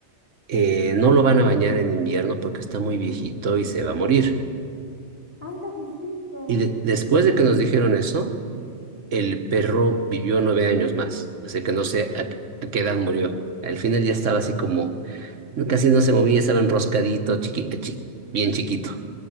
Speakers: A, on the right; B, on the left.
A: eh, no lo van a bañar en invierno porque está muy viejito y se va a morir.
B: Ah, era viejito.
A: Y de- después de que nos dijeron eso, el perro vivió nueve años más. Así que no sé a, qué a qué edad murió. Al final ya estaba así como Casi no se movía, estaba enroscadito, chiquito, chi- bien chiquito.